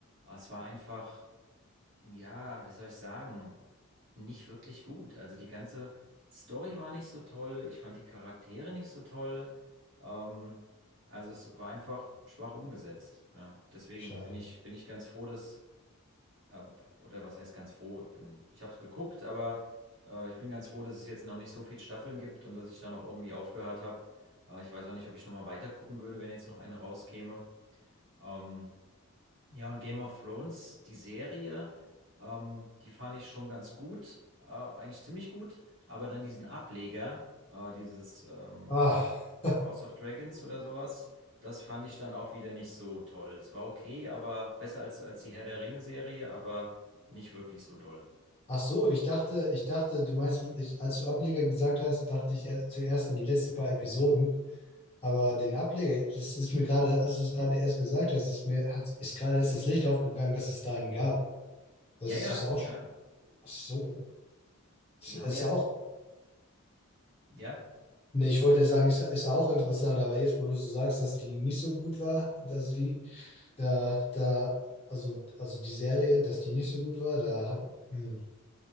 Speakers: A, on the right; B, on the left.
A: Es war einfach, ja, wie soll ich sagen? nicht wirklich gut. Also die ganze Story war nicht so toll, ich fand die Charaktere nicht so toll. Ähm, also es war einfach schwach umgesetzt. Ja. Deswegen
B: Schade.
A: bin ich, bin ich ganz froh, dass, äh, oder was heißt ganz froh? Ich bin, ich habe es geguckt, aber äh, ich bin ganz froh, dass es jetzt noch nicht so viele Staffeln gibt und dass ich da noch irgendwie aufgehört habe. Äh, ich weiß auch nicht, ob ich nochmal weiter gucken würde, wenn jetzt noch eine rauskäme. Ähm, ja, und Game of Thrones, die Serie, ähm, die fand ich schon ganz gut, äh, eigentlich ziemlich gut, aber dann diesen Ableger, äh, dieses ähm,
B: Ah. <laughs>
A: House of Dragons oder sowas, das fand ich dann auch wieder nicht so toll. Es war okay, aber besser als, als die Herr der Ringe-Serie, aber nicht wirklich so doll.
B: Ach so, ich dachte, ich dachte, du meinst, ich, als du Ableger gesagt hast, dachte ich erst, zuerst an die letzten paar Episoden. Aber den Ableger, das ist mir gerade, als du es gerade erst gesagt hast, ist mir, hat, ist gerade erst das Licht aufgegangen, dass es da einen gab. Das
A: Ja,
B: ist
A: ja,
B: es auch.
A: ja.
B: sch- Ach so. Ist,
A: Die
B: ist
A: haben ja,
B: ja auch.
A: ja,
B: Nee, ich wollte ja sagen, ist, ist auch interessant, aber jetzt, wo du so sagst, dass die nicht so gut war, dass die, da, da, also, also die Serie, dass die nicht so gut war, da hab, hm,